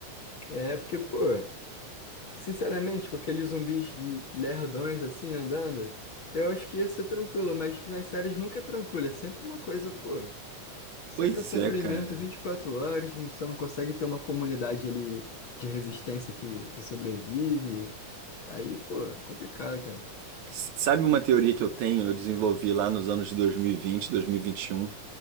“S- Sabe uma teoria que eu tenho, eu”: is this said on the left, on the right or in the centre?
Right